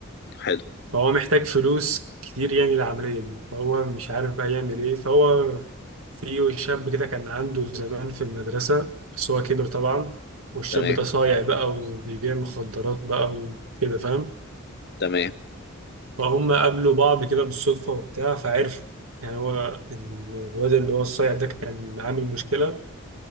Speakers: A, on the left; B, on the right.
A: حلو
B: فهو محتاج فلوس كتير يعني للعملية دي فهو مش عارف بقى يعمل ايه فهو في شاب كده كان عنده زمان في المدرسة بس هو كبر طبعا والشاب
A: تمام
B: ده صايع بقى وبيبيع مخدرات بقى وكده فاهم
A: تمام
B: فهم قابلوا بعض كده بالصدفة وبتاع فعرفوا يعني هو ال- الواد اللي هو الصايع ده كان عامل مشكلة